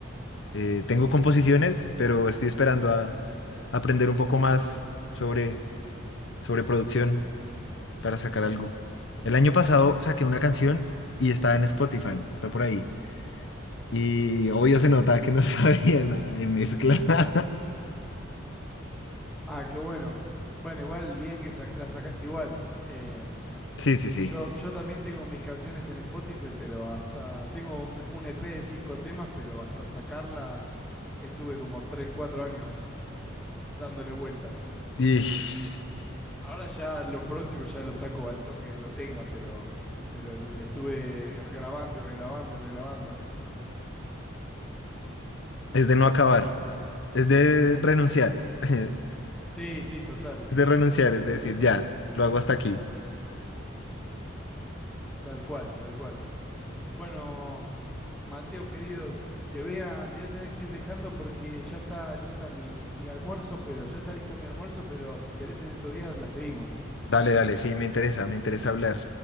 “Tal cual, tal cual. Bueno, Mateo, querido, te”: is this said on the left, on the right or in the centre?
Centre